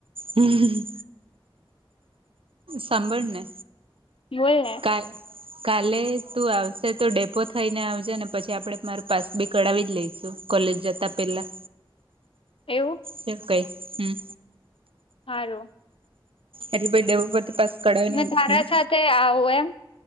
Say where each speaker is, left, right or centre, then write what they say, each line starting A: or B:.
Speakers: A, on the right (about 85°); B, on the left (about 85°).
A: હમ્મ. સાંભળને
B: બોલ ને
A: કાય કાલે તું આવશે તો ડેપો થઈને આવજે ને પછી આપડે મારું પાસ બી કડાવી જ લઈશુ. કોલેજ જતા પહેલા
B: એવું.
A: શ કઈ હમ્મ
B: હારૂ
A: એટલે ભાઈ ડેવોપથી પાસ કરડાવી ને
B: મેં તારા
A: હમ્મ
B: સાથે આવું એમ